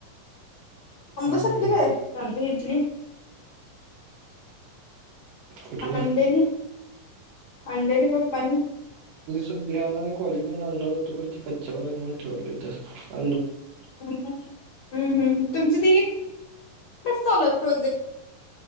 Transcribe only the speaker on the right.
हं.
कुठल्या?
<unintelligible> कॉलेजमधनं आणणार होतो खरं ती कच्च्यावर हाईत म्हणुन ती ठेवलोय तसचं.